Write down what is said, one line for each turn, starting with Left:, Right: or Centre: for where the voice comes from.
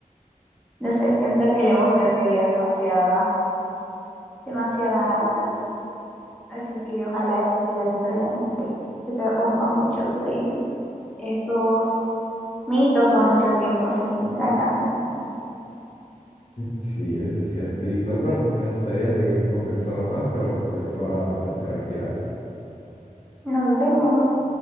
Centre: No sé, siento que la emoción sería demasiada, demasiada alta, así que ojalá este siga siendo el año que, que se rompan muchos de esos mitos o mucho tiempo sin ganar nada.
Left: Sí, eso es cierto. Y pues bueno, me gustaría seguir conversando más, pero pues por ahora me tengo que retirar.
Centre: Nos vemos.